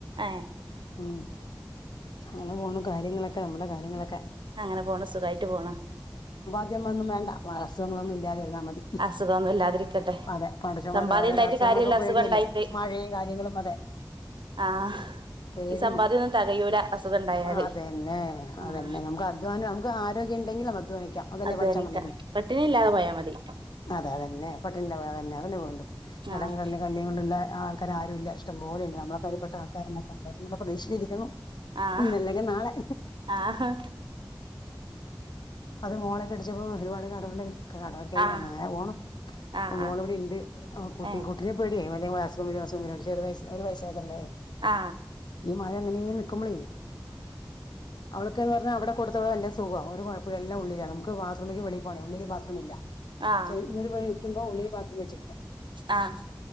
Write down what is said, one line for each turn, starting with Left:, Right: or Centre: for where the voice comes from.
Right: ഏഹ്
Left: ഉം അങ്ങനെ പോന്നു കാര്യങ്ങളൊക്കെ നമ്മടെ കാര്യങ്ങളൊക്കെ.
Right: അങ്ങനെ പോണ് സുഖമായിട്ട് പോണ്
Left: ആദ്യമൊന്നും വേണ്ട അസുഖങ്ങളൊന്നും ഇല്ലാതിരുന്നാ മതി.
Right: അസുഖൊന്നും ഇല്ലാതിരിക്കട്ടെ
Left: അതെ പണ്ട്ച്ചമാത്
Right: സമ്പാദ്യം
Left: ഓരോര
Right: ഇണ്ടായിട്ട്
Left: അസുഖങ്ങളൊക്കെ
Right: കാര്യല്ല
Left: പേടിയല്ലേ
Right: അസുഖം ഇണ്ടായിട്ട്
Left: മഴയും കാര്യങ്ങളും അതെ
Right: ആഹ്
Left: പേടിയാണ്
Right: ഈ സമ്പാദ്യൊന്നും തെകയൂല അസുഖം ഉണ്ടായാല്
Left: അതന്നെ
Right: ആഹ്
Left: അതന്നെ നമുക്ക് അധ്വാനം നമുക്ക് ആരോഗ്യ ണ്ടങ്കില് അധ്വാനിക്കാ അതല്ലെ
Right: അധ്വാനിക്ക
Left: പടചോൻ പറഞ്ഞേക്ണെ
Right: പട്ടിണി ഇല്ലാതെ പോയാ മതി
Left: അതെ അതെ പട്ടിണില്ല <unintelligible> അതെന്യാ വേണ്ടു കടം
Right: ആഹ്
Left: കള്ളി കല്ലി <unintelligible> ഉള്ള ആൾക്കാരുംഇല്ല ഇഷ്ടംപോലെയ്ണ്ട്. നമ്മള കരുയപ്പെട്ട ആൾക്കാരെക്കെക്കെ ഭീഷിരിക്കുന്നു.
Right: ആഹ്
Left: ഇന്നല്ലങ്കി നാളെ.
Right: ആഹ്
Left: അത് മോളൊ കെട്ടിച്ചപ്പോ ഒരുപാട് കടവുണ്ടായി കടവൊക്കായി
Right: ആഹ്
Left: അങ്ങനെ പോണു ഇപ്പം
Right: ആഹ്
Left: മോളിവിടെ
Right: ആഹ്
Left: ഇണ്ട് ഏ കുട്ടി
Right: ഏഹ്
Left: കുട്ടിനെ പേടി <unintelligible> ഒരു വയസായതല്ലേ
Right: ആ
Left: മഴ അങ്ങനെയ നിക്കുമ്പളേ അവളൊക്കന്ന് പറഞ്ഞാ അവിടെ കൊടുത്തോളല്ല ത്തു പോവാ ഒരു കുഴപ്പല്ല എല്ലാം ഉളളിലാ നമുക്ക് ബാത്റൂമേക്ക് വെളി പോണേ ഉള്ളില് ബാത്റൂം ഇല്ല.
Right: ആഹ്
Left: <unintelligible> ഇപ്പൊ ഉളളില് ബാത്റൂം വെച്ചിട്ടില്ല
Right: ആഹ്